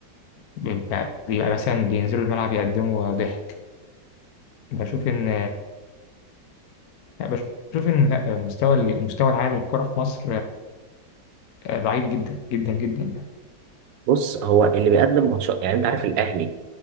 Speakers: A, on the left (about 65°); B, on the right (about 80°).
A: بيبقى, بيبقى مثلا بينزلوا الملعب يقدموا ضحك بشوف إن لا بشوف إن لا المستوى المستوى العام للكرة في مصر آه، ضعيف جدا جدا جدا
B: بص هو اللي بيقدم ماتشات يعني انت عارف الاهلي